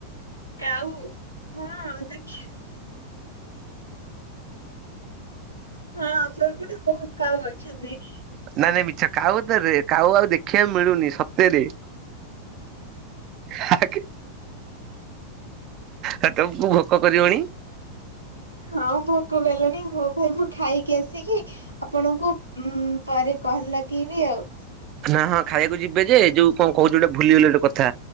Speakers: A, on the left; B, on the right.
A: କାଉ ହଁ ଦେଖେ। ହଁ ଆମ ଏପଟେ ବହୁତ କାଉ ଅଛନ୍ତି।
B: ନାଇଁ ନାଇଁ ମିଛ କାଉ ଏତେରେ କାଉ ଆଉ ଦେଖିବାକୁ ମିଳୁନି ସତେରେ। ହାକ୍। ହେ ତମକୁ ଭୋକ କରିବଣି।
A: ହଁ ଭୋକ କଲଣି ହଉ ଭାଇ ମୁଁ ଖାଇକି ଆସିକି। ଆପଣଙ୍କୁ ଉଁ ପରେ କଲ୍ ଲାଗେଇବି ଆଉ।
B: ନା ହଁ ଖାଇବାକୁ ଯିବେ ଯେ ଯୋଉ କଁ କହୁଛି ଗୋଟେ ଭୁଲି ଗଲି ଗୋଟେ କଥା